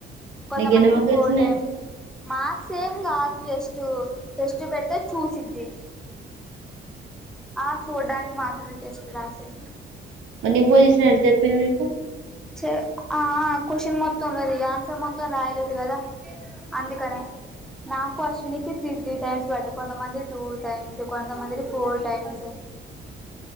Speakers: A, in the centre; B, on the right (about 80°).
A: కొంతమందికి
B: నీకు ఎన్ని మార్కులు
A: ఫోర్
B: వచ్చినాయి
A: టైమ్స్ మార్క్స్ సేమ్ గాదు జెస్ట్ టెస్ట్ బెడితే చూసిద్ది. ఆ చూడడానికి మాత్ర టెస్ట్ రాసేది.
B: నింపోజిషనరీ జెప్పింది ఎందుక్
A: చే ఆఆ క్వశ్చన్ మొత్ తొందరగా ఇగ ఆన్సర్ మొత్తం రాయలేదు గదా అందుకనే నాకు అశ్వినికి త్రీ త్రీ టైమ్స్ పడ్డ కొంతమంది టూ టైమ్స్ కొంతమంది ఫోర్ టైమ్స్